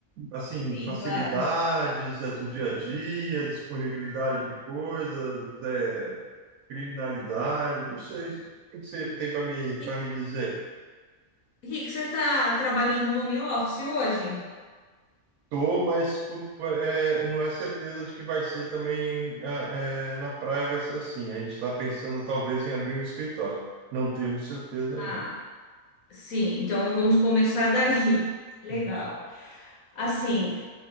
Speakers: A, on the right (about 85°); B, on the left (about 85°).
A: assim,
B: Sim,
A: facilidades
B: claro.
A: é, do dia a dia, disponibilidade de coisas, é, criminalidade, não sei. O que você tem para me,
B: Ri-
A: para me dizer?
B: Rick, você tá trabalhando home office hoje?
A: Tô, mas pu- pu- é, não é certeza de que vai ser também ah, é, na praia, vai ser assim. A gente está pensando talvez em abrir um escritório. Não temos certeza
B: Ah,
A: ainda.
B: sim, então vamos começar daí. <laughs> Legal.
A: Uhum,
B: Assim,